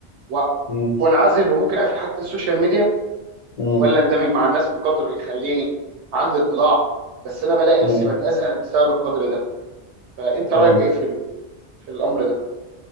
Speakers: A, on the right; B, on the left.
A: و-
B: مم.
A: وانعزل وممكن اقفل حتى السوشيال ميديا
B: مم.
A: ولا اندمج مع الناس بقدر يخليني عندي اطلاع بس انا بلاقي نفسي
B: مم.
A: بتاذى بسبب القدر ده فانت رايك
B: مم.
A: ايه في ال... في الامر ده